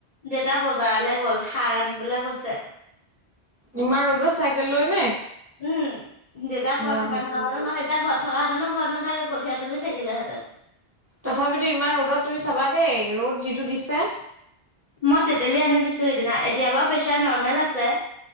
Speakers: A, on the left; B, on the right.
A: দেউতা বজাৰলৈ গ'ল সাৰ আনিবলে গৈছে।
B: ইমান ৰ'দত চাইকেল লৈ নে?
A: উম দেউতাৰ ঘৰত
B: ৰাম
A: সোমাই থকা মানুহ নহয়, এতিয়া ঘৰত থকা হেঁতেনো ঘৰত নাথাকে, কঠীয়া তুলি থাকিলেঁতেন।
B: তথাপিতো ইমান ৰ'দত তুমি চাবা দেই, ৰ'দ যিটো দিছে।
A: মই তেতেলী আনি দিছো সিদিনা, এতিয়া বাৰু প্ৰেছাৰ নৰ্মেল আছে।